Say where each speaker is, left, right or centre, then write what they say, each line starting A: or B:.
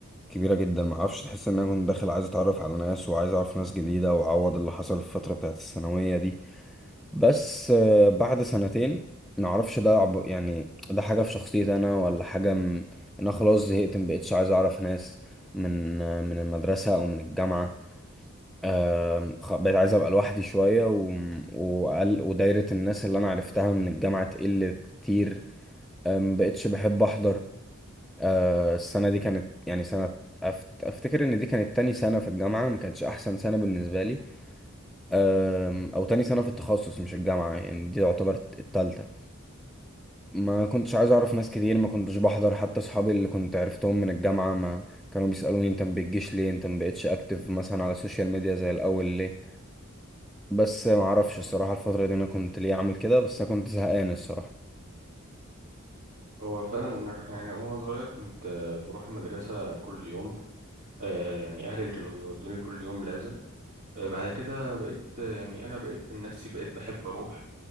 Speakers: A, in the centre; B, on the right (about 40°).
A: كبيره جدا ما اعرفش تحس ان انا كنت داخل عايز اتعرف على ناس وعايز اعرف ناس جديده واعوض اللي حصل في الفتره بتاعت الثانويه دي بس آه، بعد سنتين ما اعرفش ده عب... يعني ده حاجه في شخصيتي انا ولا حاجه م... إن انا خلاص زهقت ما بقتش عايز اعرف ناس من آه، من المدرسه او من الجامعه آم، خ- بقيت عايز ابقى لوحدي شويه و... وقل... ودايره الناس اللي انا عرفتها من الجامعه تقل كتير آم، بقيتش بحب احضر آه، السنه دي كانت يعني سنه أفت... افتكر ان دي كانت تاني سنه في الجامعه ما كانتش احسن سنه بالنسبه لي آم، او تاني سنه في التخصص مش الجامعه يعني دي تعتبر التالتة ما كنتش عايز اعرف ناس كتير ما كنتش بحضر حتى اصحابي اللي كنت عرفتهم من الجامعه ما كانوا بيسالوني انت ما بتجيش ليه انت ما بقتش اكتف مثلا على السوشيال ميديا زي الاول ليه بس ما اعرفش الصراحه الفتره دي انا كنت ليه عامل كده بس انا كنت زهقان الصراحه
B: هو فعلا أنا- يعني وأنا صغير كنت آه، بروح المدرسة كل يوم آه، يعني أهلي اللي كانوا بيودوني كل يوم لازم آه، بعد كده بقيت آه، يعني أنا بقيت من نفسي بقيت بحب أروح